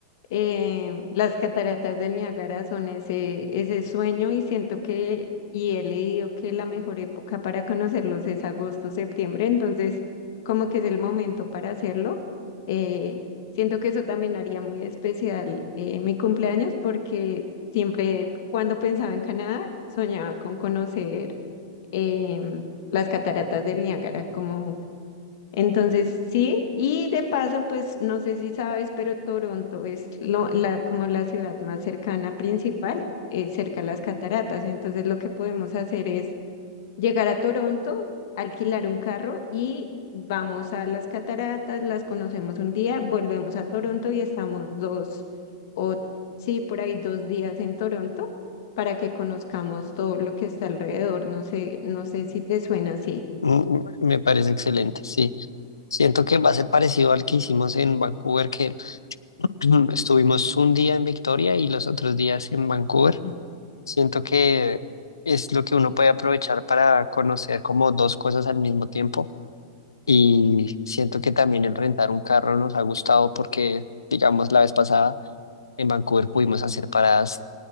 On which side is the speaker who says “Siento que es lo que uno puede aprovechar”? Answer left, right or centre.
Left